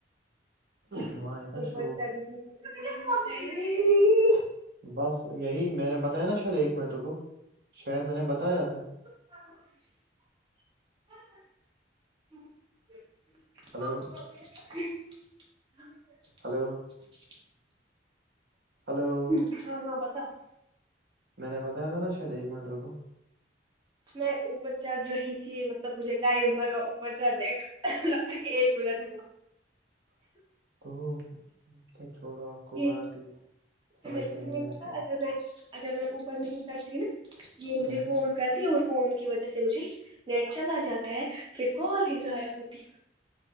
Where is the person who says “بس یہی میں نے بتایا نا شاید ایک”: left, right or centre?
Right